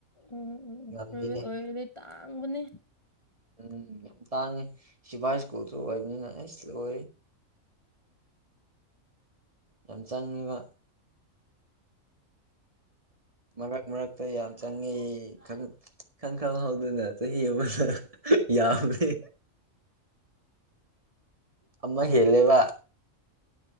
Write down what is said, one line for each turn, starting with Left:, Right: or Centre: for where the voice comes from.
Left: ꯎꯝ ꯎꯝ ꯎꯝ
Right: ꯉꯝꯗꯦꯅꯦ
Left: ꯄ꯭ꯔꯥꯏꯚꯦꯠ ꯑꯣꯏꯔꯗꯤ ꯇꯥꯡꯕꯅꯦ
Right: ꯎꯝ ꯌꯥꯝ ꯇꯥꯡꯉꯤ ꯁꯤꯚꯥꯏ ꯁ꯭ꯀꯨꯜꯁꯨ ꯑꯣꯏꯕꯅꯤꯅ ꯏꯁ ꯂꯣꯏ ꯌꯥꯝ ꯆꯪꯉꯤꯕ ꯃꯔꯛ ꯃꯔꯛꯇ ꯌꯥꯝ ꯆꯪꯉꯤ ꯈꯪ ꯏꯈꯪ ꯈꯪꯍꯧꯗꯅ ꯆꯍꯤ ꯑꯃꯗ ꯌꯥꯝꯃꯦ ꯑꯃ ꯍꯦꯜꯂꯦꯕ